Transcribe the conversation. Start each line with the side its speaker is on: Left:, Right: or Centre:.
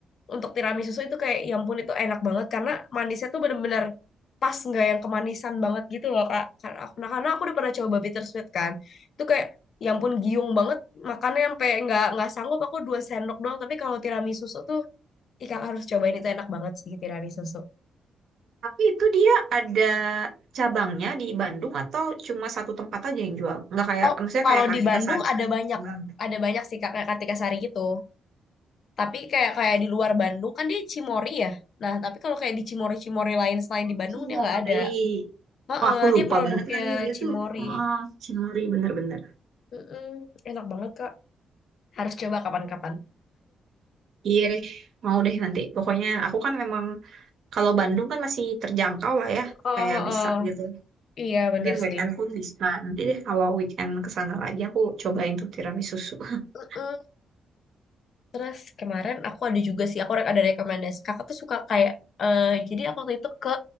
Left: untuk tiramisu itu kayak, ya ampun itu enak banget karena manisnya tuh bener-bener pas nggak yang kemanisan banget gitu loh kak. Karena aku, nah, karena aku udah pernah coba bittersweet kan, itu kayak ya ampun giung banget makannya sampai nggak nggak sanggup aku dua sendok doang tapi kalau tiramisu tuh Ikan harus cobain itu enak banget sih tiramisu susu.
Right: Tapi itu dia ada cabangnya di Bandung atau cuma satu tempat aja yang jual? Nggak kayak,
Left: Oh,
Right: maksudnya
Left: Kalau
Right: kayak Kartika
Left: di Bandung
Right: Sari
Left: ada
Right: yang banyak
Left: banyak,
Right: cabang.
Left: ada banyak sih Kak, kayak Kartika Sari gitu. Tapi kayak kayak di luar Bandung kan dia Cimori ya. Nah, tapi kalau kayak di Cimori-Cimori lain selain
Right: Oh,
Left: di Bandung
Right: Cilori.
Left: dia nggak ada. Heeh,
Right: Wah, aku lupa
Left: dia produknya
Right: banget lagi dia
Left: Cimori.
Right: tuh. Ah, Cinori bener-bener.
Left: Mm-mm, enak banget Kak. Harus coba kapan-kapan.
Right: Iya deh, mau deh nanti. Pokoknya aku kan memang kalau Bandung kan masih terjangkau lah ya,
Left: Oh,
Right: kayak
Left: heeh.
Right: bisa gitu.
Left: Iya bener
Right: Mungkin weekend
Left: sih.
Right: pun bisa. Nanti deh kalau weekend ke sana lagi aku cobain tuh tiramisu. susu. <laughs>
Left: Mm-mm. Terus kemarin aku ada juga sih, aku rek- ada rekomendasi. Kakak tuh suka kayak, eh jadi aku waktu itu ke